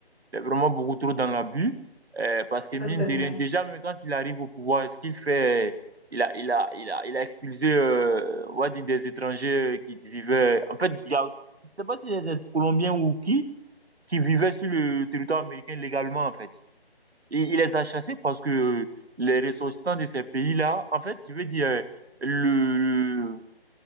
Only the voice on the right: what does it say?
vraiment beaucoup trop dans l'abus. euh, parce que mine
de rien, déjà, même quand il arrive au pouvoir, ce qu'il fait, il a, il a, il a, il a expulsé, euh, on va dire, des étrangers qui vivaient. En fait, il y a, je sais pas si c'est des Colombiens ou qui, qui vivaient sur le territoire américain légalement, en fait. Et il les a chassés parce que les ressortissants de ces pays-là, en fait, je veux dire, euh, le,